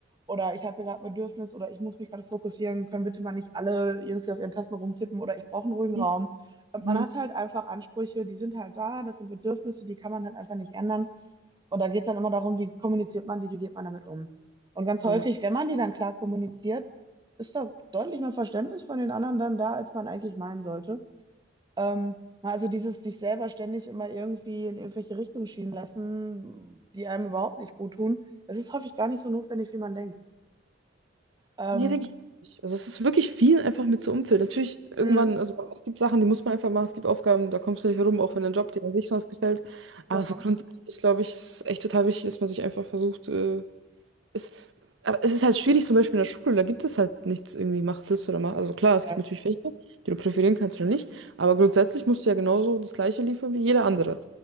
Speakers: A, on the right; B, on the right.
A: oder ich habe hier gerade ein Bedürfnis oder ich muss mich gerade fokussieren, können bitte mal nicht alle irgendwie auf ihren Tasten rumtippen oder ich brauche einen ruhigen Raum
B: Mhm.
A: man
B: mhm,
A: hat halt einfach Ansprüche, die sind halt da, das sind Bedürfnisse, die kann man halt einfach nicht ändern. Und da geht es dann immer darum, wie kommuniziert man die, wie geht man damit um. Und ganz häufig,
B: Ja.
A: wenn man die dann klar kommuniziert, ist da deutlich mehr Verständnis von den anderen dann da, als man eigentlich meinen sollte. Ähm, na, also dieses sich selber ständig immer irgendwie in irgendwelche Richtungen schieben lassen, die einem überhaupt nicht gut tun, das ist häufig gar nicht so notwendig, wie man denkt. Ähm,
B: Nee, denke ich nicht. Also es ist wirklich viel einfach mit so Umfeld. Natürlich, irgendwann,
A: mh,
B: also es gibt Sachen, die muss man einfach machen, es gibt Aufgaben, da kommst du nicht herum, auch wenn dein Job dir an sich sonst gefällt. Aber
A: genau.
B: so grundsätzlich, glaube ich, ist echt total wichtig, dass man sich einfach versucht, äh, es, aber es ist halt schwierig, zum Beispiel in der Schule, da gibt es halt nichts irgendwie, mach das oder mach. Also klar, es gibt
A: Ja,
B: natürlich Fächer, die du profilieren kannst oder nicht, aber grundsätzlich musst du ja genauso das Gleiche liefern wie jeder andere.